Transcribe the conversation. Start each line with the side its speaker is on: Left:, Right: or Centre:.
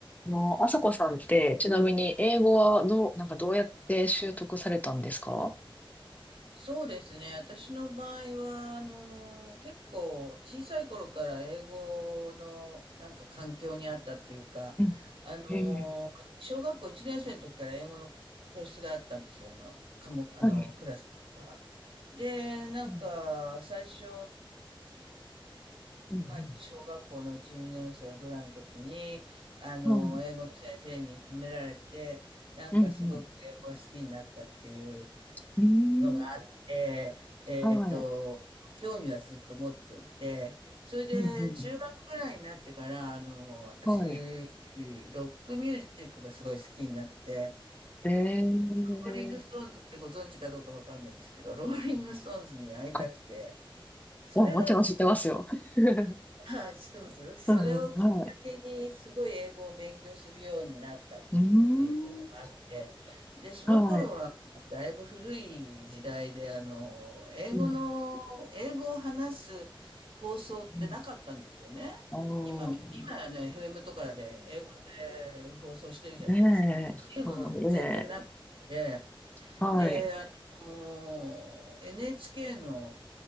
Left: あの、あさこさんって、ちなみに英語はどう、なんかどうやって習得されたんですか
Right: そうですね。私の場合は、あの、結構小さい頃から英語のなんか環境にあったっていうか、
Left: う
Right: あの、
Left: ん。ええ
Right: 小学校1年生の時から英語の教室があったんですよ。あの、科目、あの、
Left: はい。
Right: クラスが。で、なんか、
Left: うん。
Right: 最初、
Left: うん。
Right: まあ、小学校の1、2年生ぐらいの時に、あの、
Left: うんはい。
Right: 英語の先生に褒められて、なんかすごく英語が好きになったっていう、
Left: うん。うん。うーん。
Right: のがあって、えっと、
Left: はい。
Right: 興味はずっと持っていて、それで中学ぐらいになってから、
Left: うん。うん。
Right: あの、私、
Left: はい。
Right: ロックミュージックがすごい好きになって、
Left: ええ
Right: ローリングストーンズってご存知かどうかわかんないんですけど、ローリングストーンズに会いたくて、
Left: あ、
Right: それがきっ
Left: ももちろん知ってますよ。<laughs>
Right: はい、知ってます。それをきっかけにすごい英語を勉強するようになったっていうのがあって、
Left: うん。うんはい。うーん。
Right: で、その頃はもうだいぶ古い時代で、
Left: はい。
Right: あの、英語の、
Left: うん。
Right: 英語を話す放送ってなかったんですよね。
Left: うん。ああ。うん。
Right: 今み、今ね、FM とかで英語で放送してるじゃないですか。
Left: ねえ。
Right: っていうの全然なくて、
Left: そうね。はい。
Right: で、あの、NHK の、